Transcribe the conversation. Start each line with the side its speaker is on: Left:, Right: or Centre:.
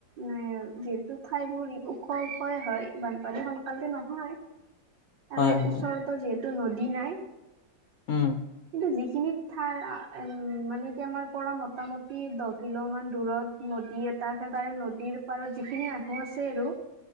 Right: নাই যিহেতু ঠাই বোৰ ওখ ওখয়ে হয়। বানপানী সোনকালতে নহয়
Left: হয়,
Right: আৰু
Left: হয়,
Right: ওচৰতো যিহেতু নদী নাই।
Left: উম।
Right: কিন্তু যিখিনি ঠাই উম মানে কি আমাৰ পৰা মোটামুটি দ। কিলো মান দূৰত নদী এটা আছে, তাৰে নদীৰ পাৰত যিখিনি মানুহ আছে আৰু।